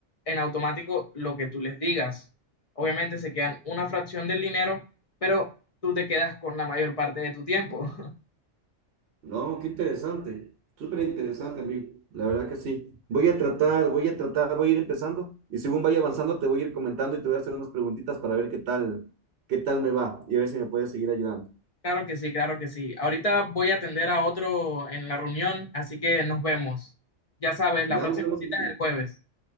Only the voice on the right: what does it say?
No, qué interesante, súper interesante, amigo. La verdad que sí. Voy a tratar, voy a tratar, voy a ir empezando y según vaya avanzando te voy a ir comentando y te voy a hacer unas preguntitas para ver qué tal, qué tal me va y a ver si me puedes seguir ayudando.
Ya
nos vemos,
amigo.